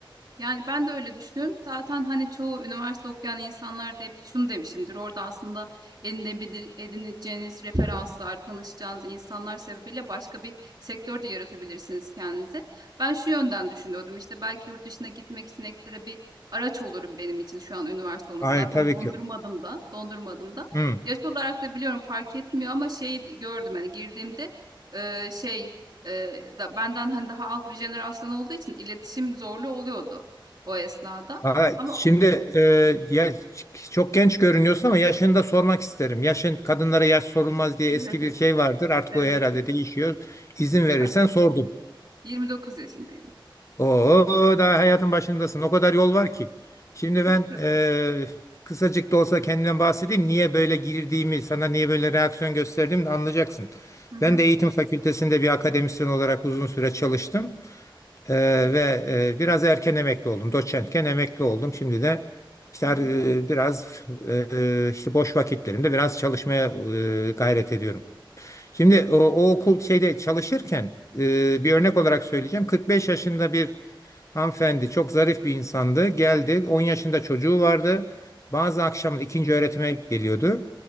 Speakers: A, on the right; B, on the left.
A: Yani ben de öyle düşünüyorum. Zaten hani çoğu üniversite okuyan insanlar da hep şunu demişimdir. Orada aslında elinde bir dil- edineceğiniz referanslar, tanışacağınız insanlar sebebiyle başka bir sektör de yaratabilirsiniz kendinize. Ben şu yönden düşünüyordum. İşte belki yurt dışına gitmek için ekstra bir araç olurum benim için şu an üniversite olması.
B: Hayır
A: Zaten
B: tabii
A: dondurmadım
B: ki.
A: da, dondurmadım da.
B: Hı.
A: Yaş olarak da biliyorum fark etmiyor ama şeyi gördüm hani girdiğimde eee, şey eee, da benden hani daha alt bir jenerasyon olduğu için iletişim zorlu oluyordu o esnada
B: Aha,
A: ama
B: şimdi e, ya, çok genç görünüyorsun ama yaşını da sormak isterim. Yaşın kadınlara yaş sorulmaz diye
A: <laughs>
B: eski bir şey vardır. Artık
A: Evet,
B: o herhalde değişiyor. İzin verirsen
A: yani.
B: sordum.
A: 29 yaşındayım.
B: Oo daha hayatın başındasın. O kadar yol var ki. Şimdi ben
A: Tabii.
B: e, kısacık da olsa kendimden bahsedeyim. Niye böyle girdiğimi, sana niye böyle reaksiyon gösterdiğimi de anlayacaksın.
A: Hı hı.
B: Ben de eğitim fakültesinde bir akademisyen olarak uzun süre çalıştım. Ee,
A: Evet.
B: ve e, biraz erken emekli oldum. Doçentken emekli oldum. Şimdi de işte
A: Hı hı.
B: e, biraz e, e, işte boş vakitlerimde biraz çalışmaya e, gayret ediyorum. Şimdi o, o okul şeyde çalışırken e, bir örnek olarak söyleyeceğim. 45 yaşında bir hanımefendi çok zarif bir insandı. Geldi 10 yaşında çocuğu vardı. Bazı akşam ikinci öğretime geliyordu.